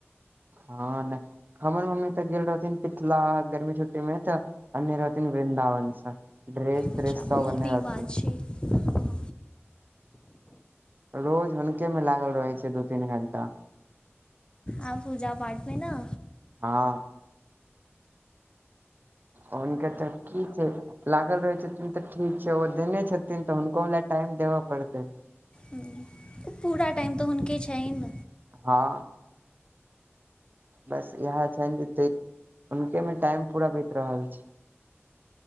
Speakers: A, on the right; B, on the left.
A: हा नय, हमर मम्मी तऽ गेल रहथिन पितला गर्मी छुट्टी मे तऽ अनले रहथिन वृन्दावन से, ड्रेस
B: अच्छा
A: स सभ
B: बहुत
A: अनले
B: नीक
A: रहथिन
B: बात छै हँ
A: रोज हुनके मे लागल रहैत छै, दू तीन घंटा
B: आ, पूजा पाठ मे न
A: हा ओनके तऽ कि छै लागल रहैत छथिन तऽ ठीक छै, ओ देने छथिन तऽ हुनको ल टाइम देबय पड़तेन।
B: ह। पूरा टाइम तऽ हुन के छइम
A: हा बस इहए छनि जते हुनके मे टाइम पूरा बीत रहल छै।